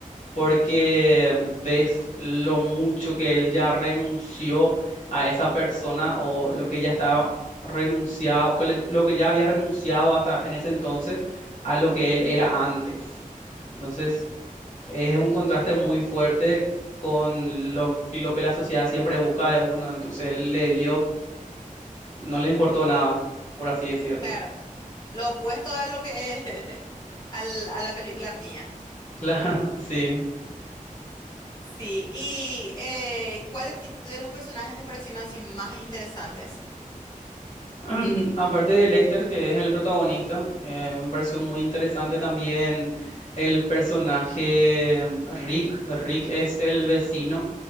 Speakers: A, on the left (about 60°); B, on the left (about 30°).
A: porque ves lo mucho que él ya renunció a esa persona o lo que ya estaba renunciado, o que le- lo que ya había renunciado hasta en ese entonces a lo que él era antes. Entonces, es un contraste muy fuerte con lo, lo que la sociedad siempre busca de uno. Entonces, él le dio, no le importó nada, por así decirlo.
B: Claro. Lo opuesto a lo que es, <laughs> al- a la película mía.
A: <laughs> Claro, sí.
B: Sí, y eh, ¿cuál tipo de los personajes te parecieron así más interesantes?
A: <clears throat> Aparte de Lester, que es el protagonista, eh, me pareció muy interesante también el personaje mm, Rick. Rick es el vecino,